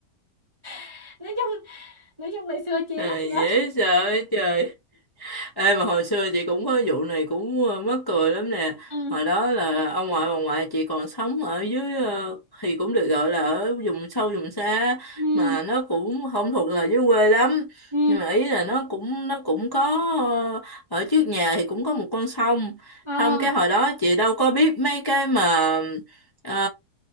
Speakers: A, on the right; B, on the left.
A: <laughs> nói chung nói chung là xưa chiến
B: à,
A: rất
B: dễ
A: nhiều
B: sợ trời Ê mà hồi xưa chị cũng có vụ này cũng ờ, mắc cười lắm nè.
A: ừ
B: Hồi đó là ông ngoại bà ngoại chị còn sống ở dưới ờ, thì cũng được gọi là ở vùng sâu vùng xa
A: ừ
B: mà nó cũng không thuộc là dưới quê lắm.
A: ừ
B: Nhưng mà ý là nó cũng nó cũng có ờ, ở trước nhà thì cũng có một con sông.
A: ờ
B: Không cái hồi đó chị đâu có biết mấy cái mà ờ,